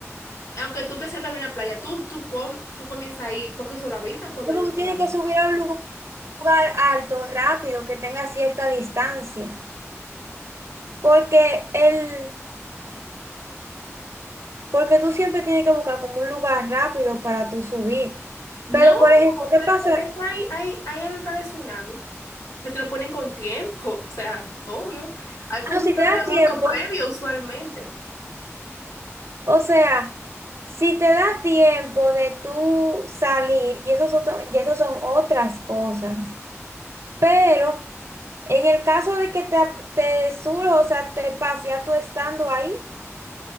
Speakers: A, on the left (about 85°); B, on the right (about 65°).
A: Aunque tú estés cerca de una playa, tú, tú, com- tú comienzas ahí, porque eso lo avisan cuando
B: Uno
A: hay un tsunami.
B: tiene que subir a un lu- lugar alto, rápido, que tenga cierta distancia. Porque el, Porque tú siempre tienes que buscar como un lugar rápido para tú subir.
A: No,
B: Pero, por ejemplo, ¿qué
A: pero
B: pasa?
A: que ves hay, hay, hay alerta de tsunami, que te lo ponen con tiempo, <laughs> o sea, obvio. Hay como
B: Ah, no,
A: un
B: si
A: terremoto
B: te da tiempo,
A: previo usualmente.
B: o sea, si te da tiempo de tú salir, y eso son, y eso son otras cosas. Pero en el caso de que te, ap- te surja, o sea, te pase ya tú estando ahí,